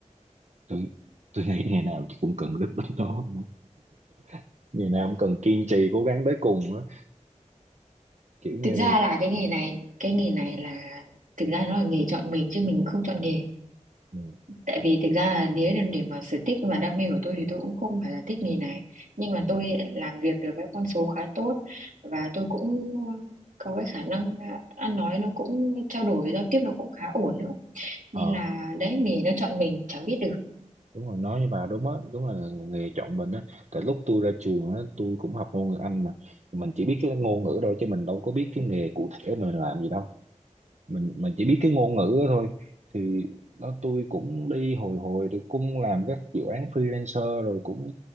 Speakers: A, on the right; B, on the right.
A: tôi tôi nghĩ ngày nào cũng cần đức tính đó <laughs> ngày nào cũng cần kiên trì cố gắng tới cùng á kiểu như
B: thực ra là cái nghề này cái nghề này là thực ra nó là nghề chọn mình chứ mình cũng không chọn nghề
A: ừ,
B: tại vì thực ra là nếu để, để mà sở thích và đam mê của tôi thì tôi cũng không phải là thích nghề này nhưng mà
A: ừ.
B: tôi làm việc được với con số khá tốt và tôi cũng có cái khả năng à, ăn nói nó cũng trao đổi giao tiếp nó cũng khá ổn nữa nên
A: ờ
B: là đấy nghề nó chọn mình chẳng biết được
A: đúng rồi nói như bà đúng á đúng là nghề chọn mình á tại lúc tôi ra trường á tôi cũng học ngôn ngữ Anh mà mình chỉ biết cái ngôn ngữ thôi chứ mình đâu có biết cái nghề cụ thể mình làm gì đâu mình mình chỉ biết cái ngôn ngữ đó thôi thì đó tôi cũng đi hồi hồi thì cũng làm các dự án freelancer rồi cũng